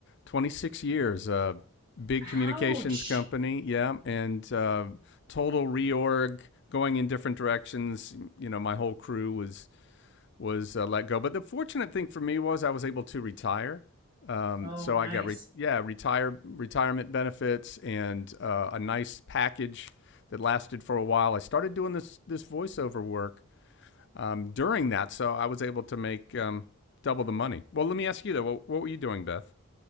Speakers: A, on the left (about 50°); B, on the right (about 40°).
A: 26 years, a big
B: Ouch.
A: communications company. Yeah, and uh, total reorg, going in different directions. You know, my whole crew was was uh, let go. But the fortunate thing for me was I was able to retire. Um,
B: Oh,
A: so
B: nice.
A: I got re- yeah retire retirement benefits and uh, a nice package that lasted for a while. I started doing this this voiceover work um, during that, so I was able to make um, double the money. Well, let me ask you though, what, what were you doing, Beth?